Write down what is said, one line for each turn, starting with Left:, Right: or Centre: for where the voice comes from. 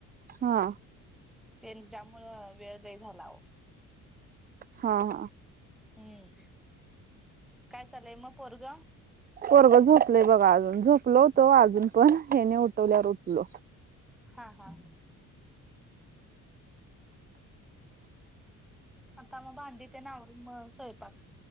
Right: हा
Centre: तेज्यामुळ वेळ लय झाला आओ.
Right: हा हा
Centre: हम्म, काय चालय मग पोरगं
Right: पोरग झोपलंय बघा अजून, झोपल होत अजून पण हेेनी उठवल्यावर उठल.
Centre: हा हा <unintelligible> आता मग भांडी ते आवरून म स्वयंपाक?